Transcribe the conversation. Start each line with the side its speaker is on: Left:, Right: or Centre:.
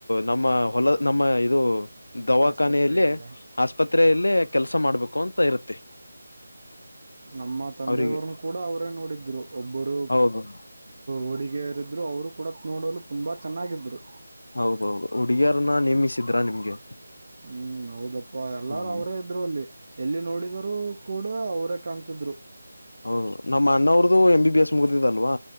Left: ನಮ್ಮ ಹೊಲ ನಮ್ಮ ಇದು ದವಾಖಾನೆಯಲ್ಲಿ
Right: ಆಸ್ಪತ್ರೆಯಲ್ಲಿ
Left: ಆಸ್ಪತ್ರೆಯಲ್ಲಿ ಕೆಲ್ಸ ಮಾಡ್ಬೇಕು ಅಂತ ಇರುತ್ತೆ.
Right: ನಮ್ಮ ತಂದೆಯವ್ರನು
Left: ಅವರಿಗೆ
Right: ಕೂಡ ಅವರೇ ನೋಡಿದ್ರು ಒಬ್ಬರು.
Left: ಹೌದು
Right: ಹುಡುಗಿಯರಿದ್ರು ಅವರು ಕೂಡ ನೋಡಲು ತುಂಬಾ ಚೆನ್ನಾಗಿದ್ರು.
Left: ಹೌದೌದು ಹುಡುಗಿಯರನ್ನ ನೇಮಿಸಿದ್ರಾ ನಿಮ್ಗೆ.
Right: ಹ್ಮ್ ಹೌದಪ್ಪ ಎಲ್ಲಾರು
Left: ಹ್ಮ್
Right: ಅವರೇ ಇದ್ರು ಅಲ್ಲಿ. ಎಲ್ಲಿ ನೋಡಿದರು ಕೂಡ ಅವರೇ ಕಾಣ್ತಿದ್ರು.
Left: ಹೌದು ನಮ್ಮ ಅಣ್ಣಾವ್ರುದು ಎಂ ಬಿ ಬಿ ಎಸ್ ಮುಗಿದಿದಲ್ವಾ.